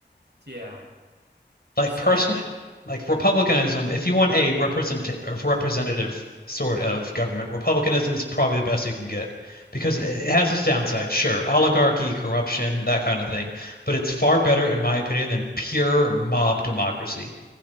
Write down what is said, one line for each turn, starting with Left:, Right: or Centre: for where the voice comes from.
Right: yeah
Left: like
Right: so
Left: person
Right: yeah I
Left: like republicanism if you want a represent a representative sort of government republicanism is probably the best you can get because it it has its downside
Right: yeah
Left: sure oligarchy corruption that kind of thing but it's far better in my opinion than pure mob democracy